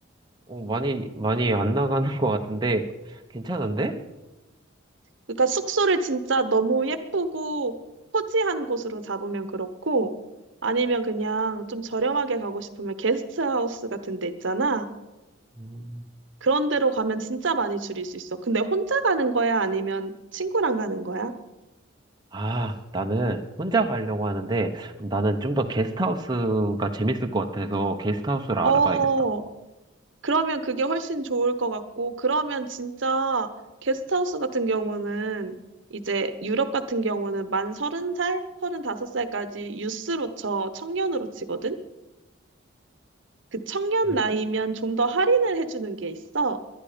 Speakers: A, on the right; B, on the right.
A: 어, 많이, 많이 안 나가는 것 같은데, 괜찮은데?
B: 그러니까 숙소를 진짜 너무 예쁘고 호지한 곳으로 잡으면 그렇고, 아니면 그냥 좀 저렴하게 가고 싶으면 게스트하우스 같은 데 있잖아.
A: 음.
B: 그런 데로 가면 진짜 많이 줄일 수 있어. 근데 혼자 가는 거야? 아니면 친구랑 가는 거야?
A: 아, 나는 혼자 가려고 하는데, 그럼 나는 좀 더 게스트하우스가 재밌을 것 같아서 게스트하우스를 알아봐야겠다.
B: 어, 그러면 그게 훨씬 좋을 것 같고, 그러면 진짜 게스트하우스 같은 경우는 이제 유럽 같은 경우는 만 서른 살, 서른다섯 살까지 유스로 쳐, 청년으로 치거든? 그 청년
A: 어,
B: 나이면
A: 청?
B: 좀 더 할인을 해주는 게 있어.